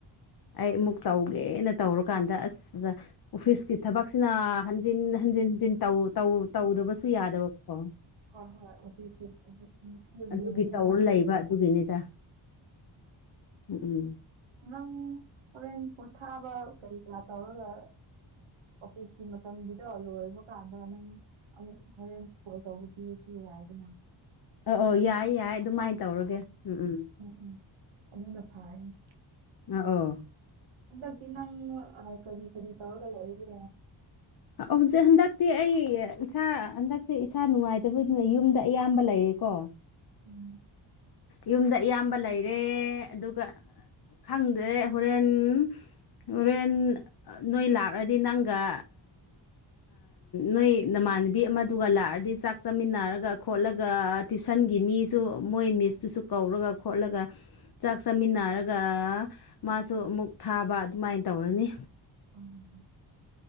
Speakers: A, on the left; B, on the right.
A: ꯑꯩ ꯑꯃꯨꯛ ꯇꯧꯒꯦꯅ ꯇꯧꯔꯀꯥꯟꯗ ꯑꯁ ꯑꯣꯐꯤꯁꯀꯤ ꯊꯕꯛꯁꯤꯅ ꯍꯟꯖꯤꯟ ꯍꯟꯖꯤꯟ ꯍꯟꯖꯤꯟ ꯇꯧ ꯇꯧ ꯇꯧꯗꯕꯁꯨ ꯌꯥꯗꯕꯀꯣ
B: ꯍꯣꯏ ꯍꯣꯏ ꯑꯣꯐꯤꯁꯀꯤ <unintelligible>
A: ꯑꯗꯨꯒꯤ
B: ꯂꯨꯏꯗꯅ
A: ꯇꯧꯔ ꯂꯩꯕ ꯑꯗꯨꯒꯤꯅꯤꯗ ꯎꯝ ꯎꯝ
B: ꯅꯪ ꯍꯣꯔꯦꯟ ꯄꯣꯊꯥꯕ ꯀꯔꯤ ꯀꯔꯥ ꯇꯧꯔꯒ ꯑꯣꯐꯤꯁꯀꯤ ꯃꯇꯝꯒꯤꯗꫭ ꯂꯣꯏꯔꯕ ꯀꯥꯟꯗ ꯅꯪ ꯑꯃꯨꯛ ꯍꯣꯔꯦꯟ ꯀꯣꯜ ꯇꯧꯕꯒꯤꯁꯨ ꯌꯥꯏꯗꯅ
A: ꯑ ꯑꯣ ꯌꯥꯏ ꯌꯥꯏ ꯑꯗꯨꯃꯥꯏꯅ ꯇꯧꯔꯒꯦ ꯎꯝ ꯎꯝ
B: ꯎꯝ ꯎꯝ ꯑꯗꯨꯅ ꯐꯔꯅꯤ
A: ꯑ ꯑꯣ
B: ꯍꯟꯗꯇꯤ ꯅꯪ ꯑ ꯀꯔꯤ ꯀꯔꯤ ꯇꯧꯔꯒ ꯂꯩꯔꯤꯒꯦ
A: ꯍꯧꯖꯤꯛ ꯍꯟꯗꯛꯇꯤ ꯑꯩ ꯏꯁꯥ ꯍꯟꯗꯛꯇꯤ ꯏꯁꯥ ꯅꯨꯡꯉꯥꯏꯇꯕꯒꯤꯗꯨꯅ ꯌꯨꯝꯗ ꯑꯌꯥꯝꯕ ꯂꯩꯔꯦꯀꯣ
B: ꯎꯝ
A: ꯌꯨꯝꯗ ꯑꯌꯥꯝꯕ ꯂꯩꯔꯦ ꯑꯗꯨꯒ ꯈꯪꯗꯔꯦ ꯍꯣꯔꯦꯟ ꯍꯣꯔꯦꯟ ꯅꯣꯏ ꯂꯥꯛꯂꯗꯤ ꯅꯪꯒ ꯅꯣꯏ ꯅꯃꯥꯟꯅꯕꯤ ꯑꯃꯗꯨꯒ ꯂꯥꯛꯑꯗꯤ ꯆꯥꯛ ꯆꯥꯃꯤꯟꯅꯔꯒ ꯈꯣꯠꯂꯒ ꯇ꯭ꯋꯨꯁꯟꯒꯤ ꯃꯤꯁꯨ ꯃꯣꯏ ꯃꯤꯁꯇꯨꯁꯨ ꯀꯧꯔꯒ ꯈꯣꯠꯂꯒ ꯆꯥꯛ ꯆꯥꯃꯤꯟꯅꯔꯒ ꯃꯥꯁꯨ ꯑꯃꯨꯛ ꯊꯥꯕ ꯑꯗꯨꯃꯥꯏꯅ ꯇꯧꯔꯅꯤ
B: <inaudible>